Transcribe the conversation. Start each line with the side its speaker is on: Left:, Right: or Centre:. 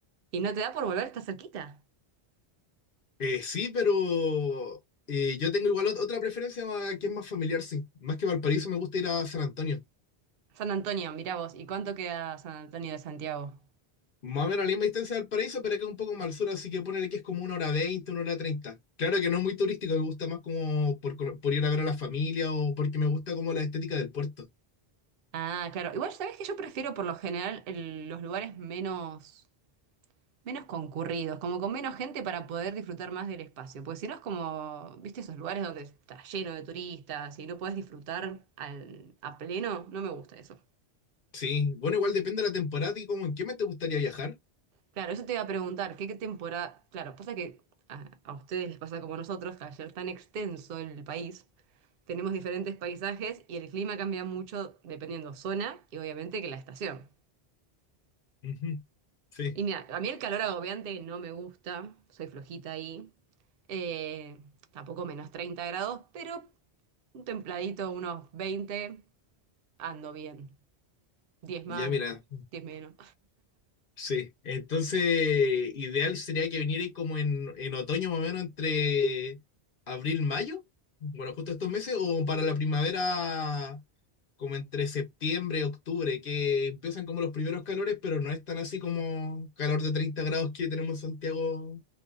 Right: ¿Y no te da por volver? Está cerquita.
Left: Eh, sí, pero eh, yo tengo igual ot- otra preferencia más- que es más familiar, sí. Más que Valparaíso, me gusta ir a San Antonio.
Right: San Antonio, mira vos. ¿Y cuánto queda San Antonio de Santiago?
Left: Más o menos a la misma distancia de Valparaíso, pero acá un poco más al sur, así que ponerle que es como una hora veinte, una hora treinta. Claro que no es muy turístico, me gusta más como por, cono- por ir a ver a la familia o porque me gusta como la estética del puerto.
Right: Ah, claro. Igual, ¿sabés que yo prefiero por lo general el- los lugares menos. Menos concurridos, como con menos gente para poder disfrutar más del espacio. Porque si no es como, viste, esos lugares donde está lleno de turistas y no podés disfrutar al, a pleno, no me gusta eso.
Left: Sí, bueno, igual depende de la temporada y como en qué mes te gustaría viajar.
Right: Claro, eso te iba a preguntar, ¿qué, qué temporada? Claro, pasa que a, a ustedes les pasa como a nosotros, que al ser tan extenso el país, tenemos diferentes paisajes y el clima cambia mucho dependiendo zona y obviamente que la estación.
Left: Ujú. Sí,
Right: Y mira, a mí el calor agobiante no me gusta, soy flojita ahí. Eh, tampoco menos 30 grados, pero Un templadito, unos 20 ando bien. diez más,
Left: ya mira.
Right: 10 menos.
Left: Sí, entonces ideal sería que viniera como en, en otoño más o menos entre abril, mayo, bueno, justo estos meses, o para la primavera como entre septiembre, octubre, que empiezan como los primeros calores, pero no es tan así como calor de 30 grados que tenemos en Santiago